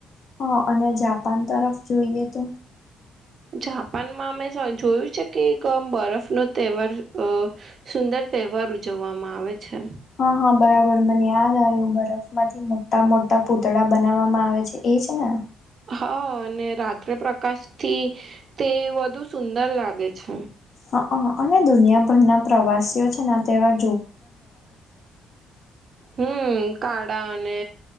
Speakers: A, on the left; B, on the right.
A: હા અને જાપાન તરફ જોઈએ તો
B: જાપાનમાં અમે જોયું છે કે એક બરફ નો તહેવાર સુંદર તહેવાર ઉજવવામાં આવે છે
A: હા હા બરાબર મને યાદ આવ્યું બરફ માંથી મોટા મોટા પૂતળા બનાવવામાં આવે છે છે ને
B: હા અને રાત્રે પ્રકાશ થી તે વધુ સુંદર લાગે છે
A: હ હ અને દુનિયાભરના પ્રવાસીઓ છે તેવા
B: હમ કાળા અને